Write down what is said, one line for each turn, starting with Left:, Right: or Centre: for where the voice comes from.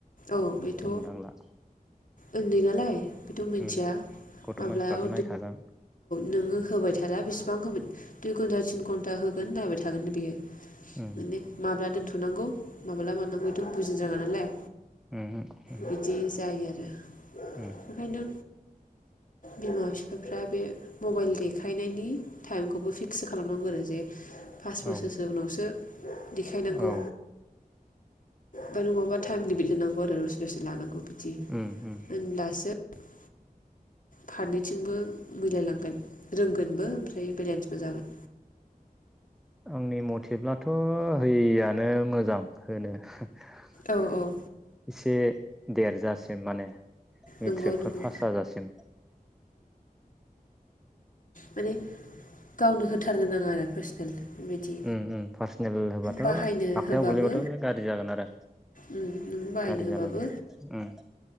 Left: औ बेथ'
Centre: हमदांला
Left: उन्दै नालाय बेथ' मिथिया
Centre: उम गथ'
Left: माब्लायाव
Centre: मानसिफ्राथ' नायखागोन
Left: नोङो होबाय थाला बेसिबां होबाय दुइ घन्टा थिन घन्टा होगोन नायबाय थागोन बियो
Centre: उम
Left: माने माब्ला दोनथ'नांगौ माब्ला मानांगौ थ' बुजिनो रोङा नालाय
Centre: उहो ओहो
Left: बिदि जायो आरो
Centre: उह
Left: ओंखायनो बिमा फिफाफ्रा बे मबाइल देखायनायनि टाइमखौबो फिक्स खालामनांगौ आरो जे फास बोसोरसो
Centre: औ
Left: उनावसो देखायनांगौ
Centre: औ
Left: बा नङाबा थाइमनि बिहोनांगौ आरो दसे दसे लानांगौ <unintelligible>
Centre: उम उम
Left: फारनैथिंबो मिलायलांगोन रोंगोनबो ओमफ्राय बेलेन्सबो जागोन
Centre: आंनि मथेब्लाथ' होयैआनो मोजां होनो <inaudible>
Left: औ औ
Centre: एसे देरजासिम माने मेट्रिकफोर
Left: नंगौ नंगौ
Centre: पास जाजासिम
Left: माने गावनो होथारनो नाङा आरो पार्सनेल बेबायदि
Centre: उम उम पार्सनेल होबाथ'
Left: बाहायनो
Centre: आखायाव
Left: होबाबो
Centre: गोलैबाथ' बे गारजि जागोन आरो
Left: उम नों बाहायनो
Centre: गारजि
Left: होबाबो
Centre: जालाङो औ